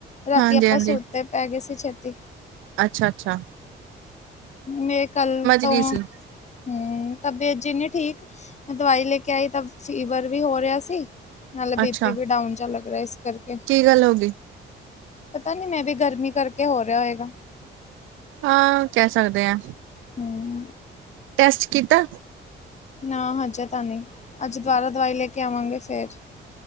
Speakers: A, on the left; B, on the right.
A: ਰਾਤੀ
B: ਹਾਂਜੀ-ਹਾਂਜੀ
A: ਆਪਾਂ ਸੂਤਤੇ ਪੈ ਗਏ ਸੀ ਛੇਤੀ
B: ਅੱਛਾ -ਅੱਛਾ
A: ਮੈਂ ਕੱਲ ਤੋਂ
B: ਗਈ
A: ਹੁੰ
B: ਸੀ
A: ਤਬੀਅਤ ਜੀਨੀ ਠੀਕ ਮੈਂ ਦਵਾਈ ਲੈ ਕੇ ਆਈ ਤਾਂ ਫੀਵਰ ਵੀ ਹੋ ਰਿਹਾ ਸੀ ਨਾਲੇ ਬੀ
B: ਅੱਛਾ
A: ਪੀ ਵੀ ਡਾਊਨ ਚਹਾ ਲੱਗਦਾ ਇਸ ਕਰਕੇ
B: ਕੀ ਗੱਲ ਹੋ ਗਈ
A: ਪਤਾ ਨੀ ਮੈਂ ਵੀ ਗਰਮੀ ਕਰਕੇ ਹੋ ਰਿਹਾ ਹੋਏਗਾ
B: ਹਾਂ ਕਹਿ ਸਕਦੇ ਹਾਂ
A: ਹਾਂ
B: ਟੈਸਟ ਕੀਤਾ
A: ਨਾ ਹਜੇ ਤਾਂ ਨਹੀਂ ਅੱਜ ਦੁਬਾਰਾ ਦਵਾਈ ਲੈ ਕੇ ਆਵਾਂਗੇ ਫੇਰ